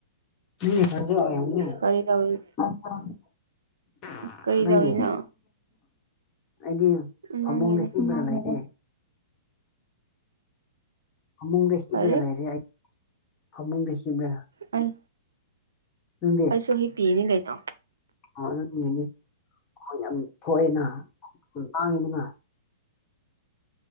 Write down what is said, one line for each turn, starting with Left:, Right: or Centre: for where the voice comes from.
Left: <unintelligible> ꯅꯪꯅꯦ <unintelligible>
Right: ꯀꯔꯤ ꯇꯧꯔꯤ ꯀꯔꯤ ꯇꯧꯔꯤꯅꯣ
Left: ꯑꯩꯗꯤ ꯐꯃꯨꯡꯗ
Right: ꯅꯪꯒꯤꯅꯦ
Left: ꯍꯤꯞꯔꯒ ꯂꯩꯌꯦ ꯐꯃꯨꯡꯗ ꯍꯤꯞꯔꯒ
Right: ꯀꯔꯤ
Left: ꯂꯩꯔꯦ ꯑꯩ ꯐꯃꯨꯡꯗ ꯍꯤꯞꯔ
Right: ꯑꯩ
Left: ꯅꯪꯗꯤ
Right: ꯑꯩꯁꯨ ꯍꯤꯞꯄꯤꯅꯤ ꯀꯩꯅꯣ
Left: ꯑꯣ ꯑꯗꯨꯗꯤ ꯌꯪꯉꯤ ꯈꯣꯟ ꯌꯥꯝ ꯊꯣꯛꯑꯦꯅ ꯂꯥꯡꯉꯤꯗꯅ